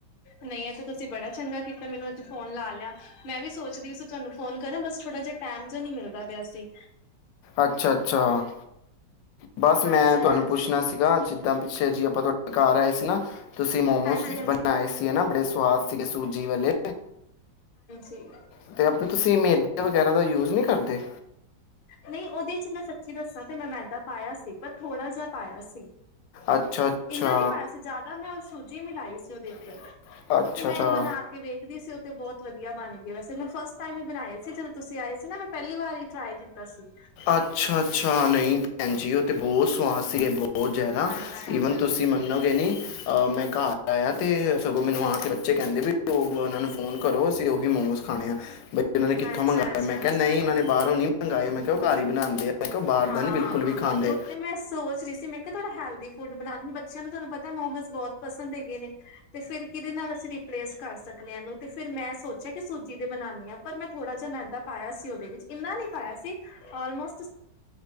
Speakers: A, on the left; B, on the left.
A: ਨਈਂ ਆ ਤਾਂ ਤੁਸੀਂ ਬੜਾ ਚੰਗਾ ਕੀਤਾ ਮੈਨੂੰ ਅੱਜ ਫੋਨ ਲਾ ਲਿਆ ਮੈਂ ਵੀ ਸੋਚਦੀ ਸੀ ਤੁਹਾਨੂੰ ਫੋਨ ਕਰਾਂ ਬਸ ਥੋੜਾ ਜਿਹਾ ਟਾਈਮ ਚ ਨਈਂ ਮਿਲਦਾ ਪਿਆ ਸੀ।
B: ਅੱਛਾ, ਅੱਛਾ। ਬਸ
A: ਹਾਂਜੀ
B: ਮੈਂ ਤੁਹਾਨੂੰ
A: ਹਾਂਜੀ
B: ਪੁੱਛਣਾ ਸੀਗਾ ਜਿੱਦਾਂ ਪਿੱਛੇ ਜੀ ਆਪਾਂ ਤੁਹਾਡੇ ਘਰ ਆਏ ਸੀ ਨਾ ਤੁਸੀਂ ਮੋਮੋਸ
A: ਹਾਂਜੀ ਹਾਂਜੀ
B: ਬਣਾਏ ਸੀ ਨਾ ਬੜੇ ਸਵਾਦ ਸੀਗੇ ਸੂਜੀ ਵੇਲੇ।
A: ਤੇ
B: ਅਤੇ ਆਪਣੇ ਤੁਸੀਂ ਮੇਦੇ ਵਗੈਰਾ ਦਾ ਯੂਜ ਨਹੀਂ ਕਰਦੇ
A: ਨਹੀਂ ਉਹਦੇ ਚ ਮੈਂ ਸੱਚੀ ਦੱਸਾਂ ਤੇ ਮੈਂ ਮੈਦਾ ਪਾਇਆ ਸੀ ਪਰ ਥੋੜ੍ਹਾ ਜਿਹਾ ਪਾਇਆ ਸੀ।
B: ਅੱਛਾ ਅੱਛਾ
A: ਇੰਨਾ ਨੀ ਪਾਇਆ ਸੀ ਜ਼ਿਆਦਾ ਮੈਂ ਉਹ ਸੂਜੀ ਮਿਲਾਈ ਸੀ ਉਹਦੇ ਚ
B: ਵਿੱਚ ਅੱਛਾ
A: ਉਹ ਤੇ ਮੈਂ
B: ਅੱਛਾ
A: ਬਣਾ ਕੇ ਵੇਖਦੀ ਸੀ ਉਹ ਤੇ ਬਹੁਤ ਵਧੀਆ ਬਣ ਗਏ ਵੈਸੇੈਂ ਫਸਟ ਟਾਈਮ ਹੀ ਬਣਾਏ ਸੀ ਜਦੋਂ ਤੁਸੀਂ ਆਏ ਸੀ ਨਾ ਮੈਂ ਪਹਿਲੀ ਵਾਰ ਹੀ ਟਰਾਈ ਕੀਤੀ ਕੀਤਾ ਸੀ
B: ਅੱਛਾ ਅੱਛਾ ਨਹੀਂ ਭੈਣ ਜੀ ਉਹ ਤੇ ਬਹੁਤ ਸਵਾਦ ਸੀਗੇ ਬੋ ਬਹੁਤ ਜ਼ਿਆਦਾ
A: ਅੱਛਾ
B: ਈਵਨ ਤੁਸੀਂ ਮੰਨੋਗੇ ਨੀ ਮੈਂ ਘਰ ਤੇ ਸਗੋਂ ਮੈਨੂੰ ਆ ਕੇ ਬੱਚੇ ਕਹਿੰਦੇ ਵੀ ਉਹਨਾਂ ਨੂੰ ਫੋਨ ਕਰੋ ਅਸੀਂ ਉਹੀ ਮੋਮੋਸ ਖਾਣੇ ਆ ਬ ਉਹਨਾਂ ਨੇ ਕਿੱਥੋਂ
A: ਅੱਛਾ
B: ਮੰਗਇਆ
A: ਅੱਛਾ
B: ਮੈਂ ਕਿਹਾ ਕੀ ਨਹੀਂ ਉਹਨਾਂ ਨੇ ਬਾਹੋਂ ਨੀ ਮੰਗਗਾਏ ਮੈਂ ਮ ਘਰ ਹੀ ਬਣਾਉਂਦੇ ਆ ਮੈਂ ਕਿਹਾ ਉਹ ਬਾਹਰ
A: ਹਾਂ
B: ਦਾ ਨਹੀਂ ਬਿਲਕੁਲ ਵੀ ਖਾਂਦੇ
A: ਉਹ ਤੇ ਮੈਂ ਸੋਚ ਰਹੀ ਸੀ ਮੈਂ ਕਿਹਾ ਥੋੜਾ ਹੈਲਦੀ ਫੂਡ ਬਣਾਉਦੀ ਬੱਚਿਆਂ ਨੂੰ ਤੁਹਾਨੂੰ ਪਤਾ ਮੋਮੋਸ ਬਹੁਤ ਪਸੰਦ ਹੈਗੇ ਨੇ ਤੇ ਫਿਰ ਕਿਹਦੇ ਨਾਲ ਅਸੀਂ ਰਿਪਲੇਸ ਕਰ ਸਕਦੇ ਹਾਂ ਇਹਨੂੰ ਤੇ ਫਿਰ ਮੈਂ ਸੋਚਿਆ ਕਿ ਸੂਜੀ ਦੇ ਬਣਾਉਣ ਦੀ ਹਾਂ ਪਰ ਮੈਂ ਥੋੜ੍ਹਾ ਜਿ ਮੈਦਾ ਪਾਇਆ ਸੀ, ਉਹਦੇ ਵਿੱਚ ਇੰਨਾ ਨਹੀਂ ਪਾਇਆ ਸੀ। ਔਲਮੋਸਟ